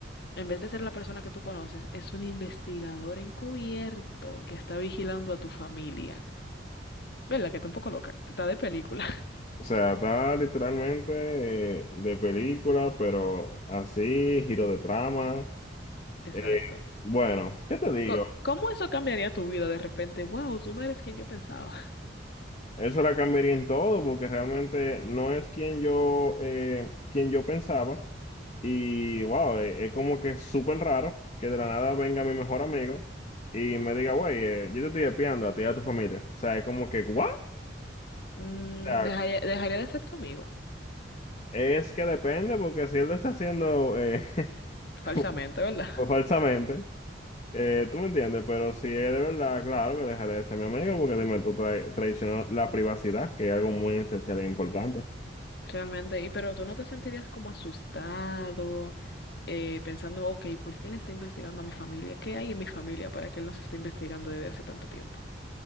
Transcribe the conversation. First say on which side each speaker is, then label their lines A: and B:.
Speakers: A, on the left (about 55°); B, on the left (about 35°).
A: En vez de ser la persona que tú conoces, es un investigador encubierto que está vigilando a tu familia. ¿Verdad? Que está un poco loca. Está de película. <laughs>
B: O sea, está literalmente eh, de película, pero así, giro de trama.
A: Exacto.
B: Eh, bueno, ¿qué te digo?
A: Co- ¿Cómo eso cambiaría tu vida de repente? Wow, tú no eres quien yo pensaba.
B: Eso la cambiaría en todo, porque realmente no es quien yo, eh, quien yo pensaba. Y wow, eh, es, como que es súper raro que de la nada venga mi mejor amigo y me diga, güey, eh, yo te estoy espiando a ti y a tu familia. O sea, es como que, ¿what? O
A: Mm,
B: sea,
A: dejaría, dejaría de ser tu amigo.
B: es que depende, porque si él lo está haciendo eh,
A: Falsamente,
B: <laughs>
A: ¿verdad?
B: pues, falsamente, eh, tú me entiendes, pero si es de verdad, claro que dejaré de ser mi amigo, porque dime, tú tra traicionas la privacidad, que es algo muy esencial e importante.
A: <laughs> Realmente. Y pero tú no te sentirías como asustado, eh, pensando, ok, ¿por qué él está investigando a mi familia? ¿Qué hay en mi familia para que él nos esté investigando desde hace tanto tiempo?